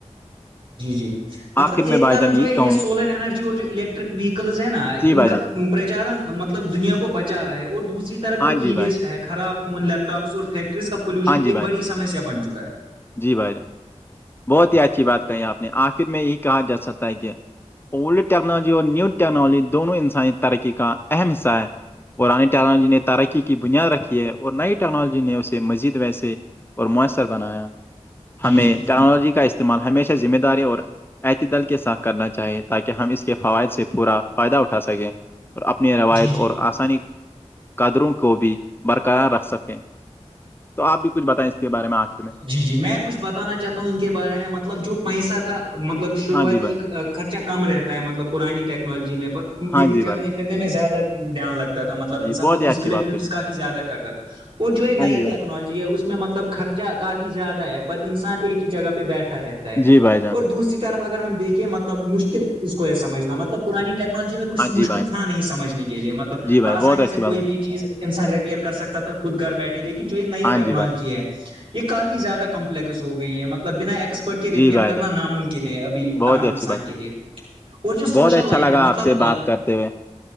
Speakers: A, on the right; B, on the left.
A: جی جی مطلب
B: آخر
A: ایک
B: میں بھائی
A: طرف
B: جان
A: جو ہے یہ
B: کہوں
A: سولر
B: گا
A: انینرجی اور جو الیکٹرک ویکلز ہے نا
B: جی
A: ان
B: بھائی
A: کا
B: جان
A: پرچارن مطلب دنیا کو بچا رہا ہے اور دوسری طرف
B: ہاں
A: جو ای
B: جی بھائی
A: بیسٹ ہے خراب فون لیپ ٹاپس اور فیکٹریز کا پولوشن
B: ہاں جی
A: ایک
B: بھائی
A: بڑی سسیا بن چکا ہے
B: جی بھائی جان بہت ہی اچھی بات کہی آپ نے آخر میں یہ کہا جا سکتا ہے کہ اولڈ ٹیکنالوجی اور نیو ٹیکنالوجی دونوں انسانی ترقی کا اہم حصہ ہے پرانی ٹیکنالوجی نے ترقی کی بنیاد رکھی ہے اور نئی ٹیکنالوجی نے اسے مزید ویسے اور میسر بنایا
A: جی
B: ہمیں
A: جی
B: ٹیکنالوجی کا استعمال ہمیشہ ذمہ داری اور ععت دل کے ساتھ کرنا چاہے تاکہ ہم اس کے فوائد سے پورا فائدہ اٹھا سکیں اور اپنی روایت
A: جی جی
B: اور آسانی قدروں کو بھی برقرار رکھ سکتے تو آپ بھی کچھ بتائیں اس کے بارے میں آخر میں
A: جی جی میں کچھ بتانا چاہتا ہوں ان کے بارے میں مطلب جو پیسہ تھا مطلب شروعاتی
B: ہاں جی بھائی
A: خرچہ کم رہتا ہے مطلب پرانی ٹیکنالوجی میں
B: ہاں
A: لیکن
B: جی
A: چلنے
B: بھائی
A: پھرنے میں زیادہ دھیان لگتا ہے تھا مطب
B: جی
A: انان
B: بہت
A: کو
B: ہی
A: فزیکل
B: اچھی
A: ایکٹیوٹیز
B: بات کہیں
A: کا زیادہ کرتا تھا اور جو یہ
B: ہاں
A: نئی
B: جی بھائی
A: ٹیکنالوجی ہے اس میں مطلب خرچہ کافی زیادہ ہے پر انسان ایک ہی جگہ پہ بیٹھا رہتا ہے
B: جی بھائی جان
A: اور دوسری طرف اگر ہم دیکیں مطلب مشکل اسس کو ہے سمجھنا مطلب پرانی ٹیکنالوجی میں کچھ
B: ہاں جی
A: مشکل
B: بھائی
A: تھا نہیں سمجھنے کے لیے مطلب
B: جی بھائی
A: آسانی
B: بہت اچھی
A: سے
B: بات
A: کوئی
B: ہے
A: بھی چیز انسان ریپیئر کر سکتا تھا خود گھر بیٹھے لیکن جو یہ نئی
B: ہاں
A: ٹیکنالوجی
B: جی بھائی
A: ہے یہ کافی زیادہ کمپلیکس ہو گئی ہے مطلب بنا ایکس پڑ کے ریپیئر
B: جی بھائی
A: کرنا
B: جان
A: ناممکن ہے ابھی
B: بہت
A: عام
B: ہی
A: انسان
B: اچھی بات
A: کے
B: ہے
A: لیے اور جو سوشل
B: بہت اچھا
A: لائف
B: لگا
A: ہے مطلب
B: آپ سے بات کرتے ہوئے